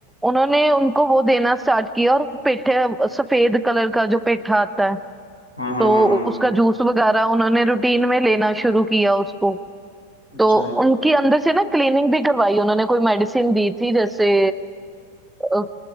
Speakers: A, in the centre; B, on the left (about 90°).
A: उन्होंने उनको वो देना स्टार्ट किया और पेठे सफेद कलर का जो पेठा आता है
B: हाँ हाँ
A: तो
B: हाँ हाँ
A: उसका जूस वगैरह उन्होंने रूटीन में लेना शुरू किया उसको
B: अच्छा
A: तो उनकी अंदर से ना क्लीनिंग भी करवाई उन्होंने कोई मेडिसिन दी थी जैसे अ,